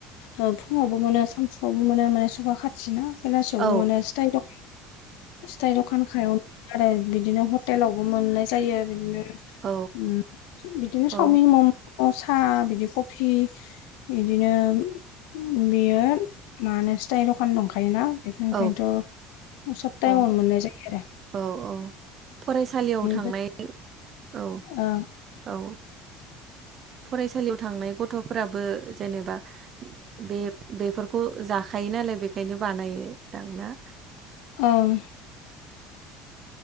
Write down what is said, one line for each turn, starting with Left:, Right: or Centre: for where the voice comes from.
Left: ओ फुङावबो मोनो सानसुआवबो मोनो माने सगा खाथिना बेलासियावबो
Right: औ
Left: मोनो स ताइ द स्थाइ दखान खायाव आरो बिदिनो हटेलावबो मोननाय जायो बिदिनो उम
Right: औ
Left: बिदिनो
Right: औ
Left: सावमिन मम' सा बिदि कफि बिदिनो उम बियो मानो स्थाइ दखान दंखायोना बेखो
Right: औ
Left: ओंखायनथ' सब टाइमावनो
Right: औ
Left: मोननाय जायो आरो।
Right: औ अ फरायसालियाव थांनाय
Left: बे
Right: औ
Left: ओ
Right: औ। फरायसालियाव थांनाय गथ'फोराबो जेनेबा बे बेफोर खौ जाखायो नालाय बेखायनो बानायो दां ना।
Left: ओं